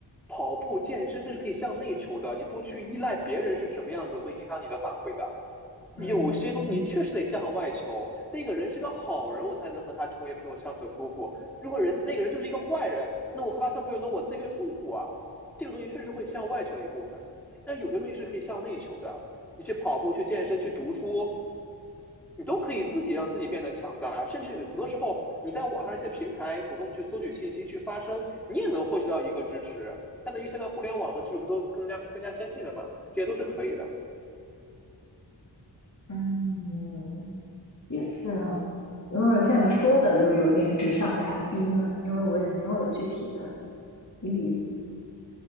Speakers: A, in the centre; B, on the left.
A: 跑步、健身这是可以向内求的，你不去依赖别人是什么样子，会影响你的反馈的。有些东西你确实得向外求，
B: 嗯
A: 那个人是个好人，我才能和他成为朋友相处的舒服。如果人那个人就是一个坏人，那我和他相处越多，我自己越痛苦啊。这个东西确实会向外求一部分，但有些东西是可以向内求的。你去跑步、去健身、去读书，你都可以自己让自己变得强大。甚至有很多时候，你在网上一些平台主动去搜取信息、去发声，你也能获取到一个支持。相当于现在互联网和技术不都更加更加先进了嘛？这些都是可以的。
B: 嗯，也是啊，有点像说的，就是有点纸上谈兵了，因为我也没有具体的例子。